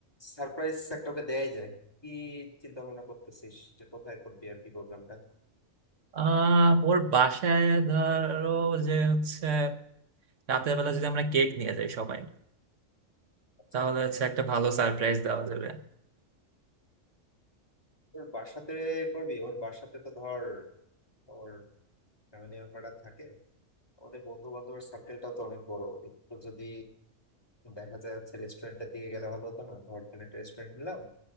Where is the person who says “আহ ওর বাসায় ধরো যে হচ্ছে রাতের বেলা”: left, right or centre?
Right